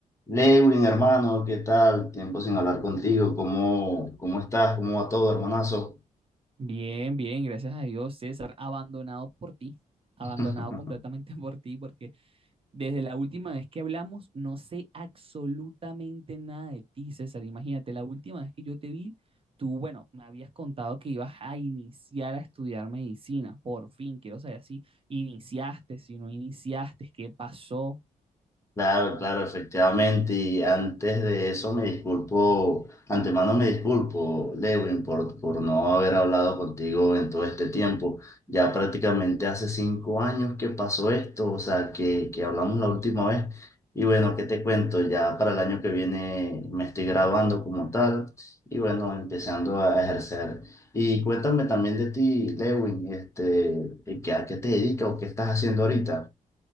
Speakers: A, on the left; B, on the right.
A: Lewin, hermano, ¿qué tal? Tiempo sin hablar contigo. ¿Cómo, cómo estás? ¿Cómo va todo, hermanazo?
B: Bien, bien, gracias a Dios, César, abandonado por ti, abandonado
A: <laughs>
B: completamente <laughs> por ti, porque desde la última vez que hablamos no sé absolutamente nada de ti, César. Imagínate, la última vez que yo te vi, tú, bueno, me habías contado que ibas a iniciar a estudiar medicina, por fin, quiero saber si iniciaste, si no iniciaste, qué pasó.
A: Claro, claro, efectivamente. Y antes de eso me disculpo, antemano me disculpo, Lewin, por, por no haber hablado contigo en todo este tiempo. Ya prácticamente hace cinco años que pasó esto, o sea, que, que hablamos la última vez. Y bueno, ¿qué te cuento? Ya para el año que viene me estoy graduando como tal y bueno, empezando a ejercer. Y cuéntame también de ti, Lewin, este, ¿qué- ¿a qué te dedicas o qué estás haciendo ahorita?